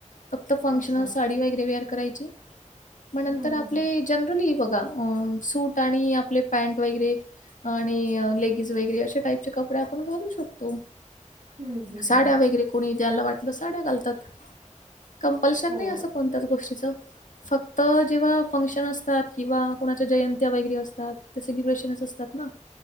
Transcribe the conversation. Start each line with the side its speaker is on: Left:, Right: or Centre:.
Left: फक्त फंक्शनल
Right: अच्छा
Left: साडी वगैरे वेअर करायची. मग नंतर
Right: हम्म
Left: आपले
Right: हम्म हम्म.
Left: जनरली बघा अ सूट आणि आपले पॅनट वगैरे. आणि लेगीज वगैरे अशे टाईपचे कपडे आपण घालू शक तो.
Right: हं, हं,
Left: साड्या
Right: हं.
Left: वगैरे कोणी ज्याला वाटलं साड्या घालतात. कंपल्शन
Right: होय.
Left: नाही असं कोणत्याच गोष्टीचं. फक्त जेव्हा फंक्शन असतात किंवा कोणाच्या जयंत्या वगैरे असतात, ते सेलिब्रेशनस असतात ना?